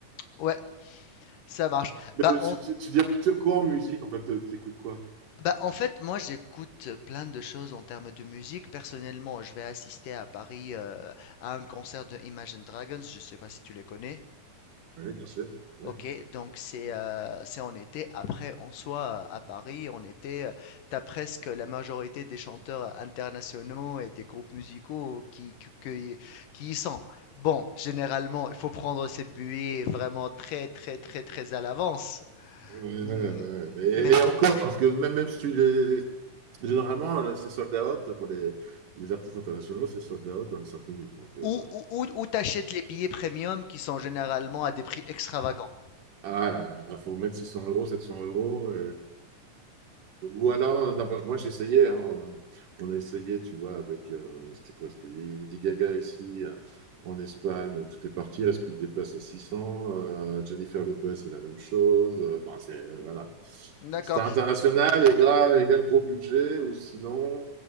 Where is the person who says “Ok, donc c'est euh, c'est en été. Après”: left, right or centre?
Left